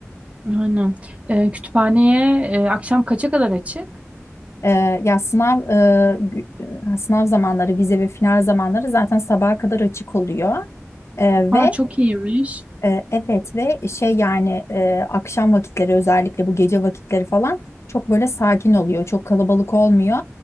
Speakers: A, on the right; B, on the left.
A: aynen. E, kütüphaneye e, akşam kaça kadar açık?
B: Ee, ya sınav e, gü- e, sınav zamanları, vize ve final zamanları zaten sabaha kadar açık oluyor. Ee,
A: Aa
B: ve
A: çok iyiymiş.
B: E, Evet ve şey yani e, akşam vakitleri özellikle bu gece vakitleri falan çok böyle sakin oluyor. Çok kalabalık olmuyor.